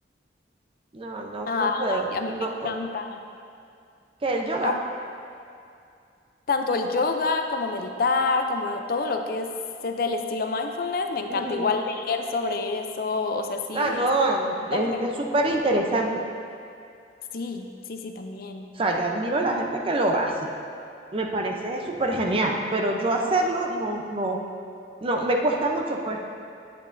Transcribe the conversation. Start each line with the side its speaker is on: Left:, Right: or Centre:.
Right: no, no,
Left: Ay,
Right: no puedo,
Left: a mí
Right: no
Left: me encanta.
Right: puedo. ¿Qué el yoga?
Left: A mí- tanto el yoga como meditar, como todo lo que es del estilo mindfulness, me encanta
Right: Ujú.
Left: igual leer sobre eso, o sea, sí,
Right: Ah, no, es,
Left: va que me
Right: es
Left: gusta.
Right: súper interesante.
Left: Sí, sí, sí, también.
Right: O sea, yo admiro a la gente que lo hace, me parece súper genial, pero yo hacerlo no, no, no, me cuesta mucho, pues.